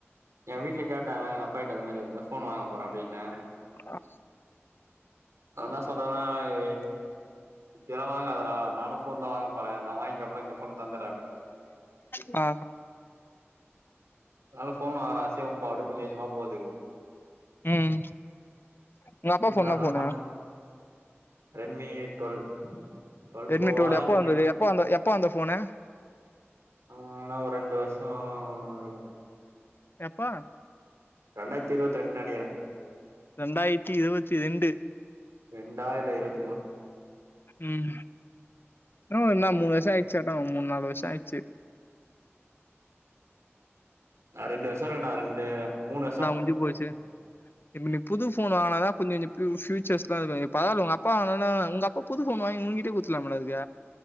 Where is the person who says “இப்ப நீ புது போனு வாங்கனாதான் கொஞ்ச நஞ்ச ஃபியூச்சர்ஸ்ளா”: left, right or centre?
Left